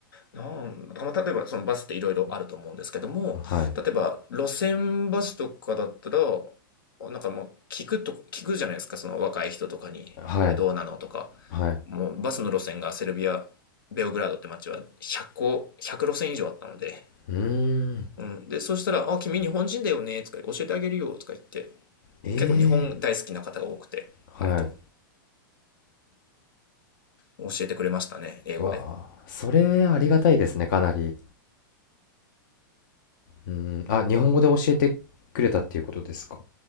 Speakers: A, on the left; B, on the left.
A: なんまあ、例えばそのバスっていろいろあると思うんですけども、
B: はい
A: 例えば路線バスとかだったら、なんかもう聞くと、聞くじゃないですか、その若い人とかに、
B: はい、
A: これどうなのとか、
B: はい。
A: もうバスの路線がセルビア、ベオグラードって街は100個、100路線以上あったので、
B: うーん。
A: うん。で、そしたら、あ、君日本人だよね、とか教えてあげるよ、とか言って、
B: ええ。
A: 結構日本大好きな方が多くて、
B: はい。
A: 割と教えてくれましたね、英語で。
B: わあ、それありがたいですね、かなり。うーん。あ、日本語で教えてくれたっていうことですか。